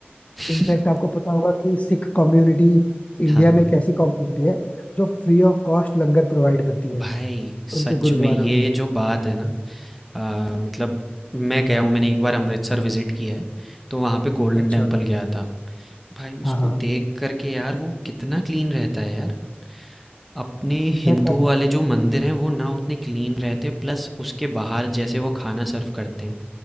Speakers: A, in the centre; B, on the left (about 35°).
A: <laughs>
B: इनफैक्ट आपको पता होगा कि सिख कम्युनिटी इंडिया
A: हाँ
B: में एक ऐसी कम्युनिटी है जो free of cost langar provide करती है
A: भाई सच
B: उनके गुरुद्वारा
A: में ये
B: में
A: जो बात है ना अ, मतलब मैं गया हूँ मैंने एक बार अमृतसर विजिट किया है तो वहाँ पे गोल्डन
B: अच्छा
A: टेम्पल गया था भाई उसको
B: हाँ हाँ
A: देख करके यार वो कितना क्लीन रहता है यार अपने
B: इनफैक्ट
A: हिंदू
B: आपको
A: वाले जो मंदिर हैं वो ना उतने क्लीन रहते प्लस उसके बाहर जैसे वो खाना सर्व करते हैं